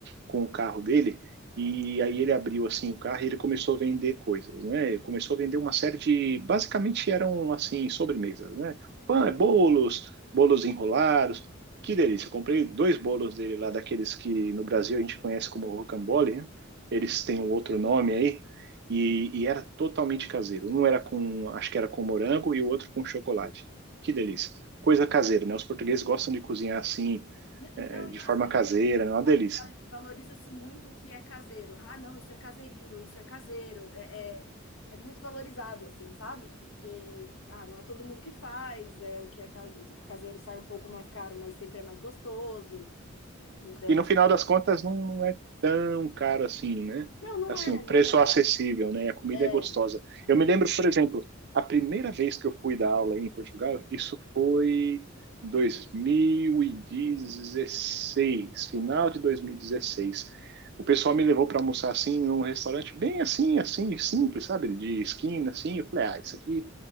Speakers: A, on the right (about 55°); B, on the left (about 65°).
A: com o carro dele. E aí ele abriu assim o carro e ele começou a vender coisas, né? Ele começou a vender uma série de, basicamente eram assim sobremesas, né? Pão, é bolos, bolos enrolados. Que delícia! Eu comprei dois bolos dele lá daqueles que no Brasil a gente conhece como rocambole, né? Eles têm
B: Sim.
A: um outro nome aí e, e era totalmente caseiro. Um era com, acho que era com morango e o outro com chocolate. Que delícia! Coisa caseira, né? Os portugueses gostam de cozinhar assim,
B: E
A: eh,
B: não,
A: de
B: e não
A: forma
B: é só isso.
A: caseira, é uma delícia.
B: Valoriza-se muito o que é caseiro. Ah, não, isso é caseirinho, isso é caseiro. É, é, é muito valorizado, assim, sabe? Porque, ah, não é todo mundo que faz, é o que é caseiro o caseiro sai um pouco mais caro, mas sempre é mais gostoso. Então,
A: E no
B: assim,
A: final das contas não, não é tão caro assim, né?
B: não, não
A: Assim,
B: é,
A: o preço
B: não
A: é acessível, né? A comida
B: é.
A: é gostosa.
B: É,
A: Eu me lembro, por exemplo, a primeira vez que eu fui dar aula em Portugal, isso foi 2016, final de 2016. O pessoal me levou para almoçar assim num restaurante bem assim, assim, simples, sabe? De esquina assim. Eu falei: "Ah, isso aqui,